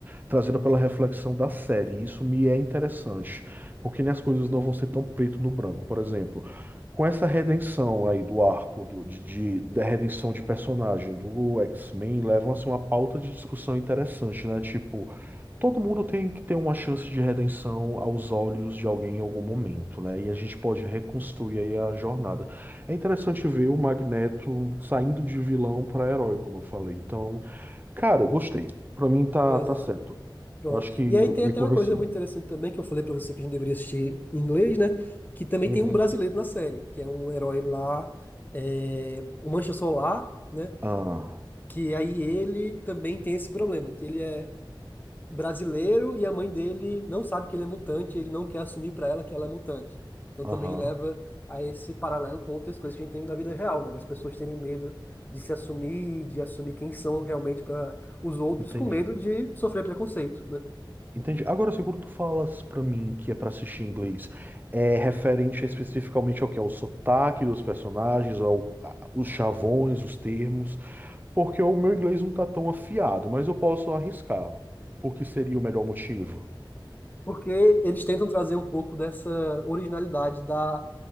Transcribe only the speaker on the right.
trazendo pela reflexão da série. E isso me é interessante, porque né, as coisas não vão ser tão preto no branco. Por exemplo, com essa redenção aí do arco do- de, de- da redenção de personagem do X-Men, levam assim uma pauta de discussão interessante, né? Tipo, Todo mundo tem que ter uma chance de redenção aos olhos de alguém em algum momento, né? E a gente pode reconstruir aí a jornada. É interessante ver o Magneto saindo de vilão para herói, como eu falei. Então, cara, eu gostei. Pra mim tá,
tá certo.
Eu acho que
me
convenceu.
Uhum.
Ah,
aham,
entendi.
Entendi. Agora, se quando tu falas pra mim que é pra assistir em inglês, é referente especificamente ao que? Ao sotaque dos personagens, ao, a- os chavões, os termos. Porque o meu inglês não está tão afiado, mas eu posso arriscar. Porque seria o melhor motivo.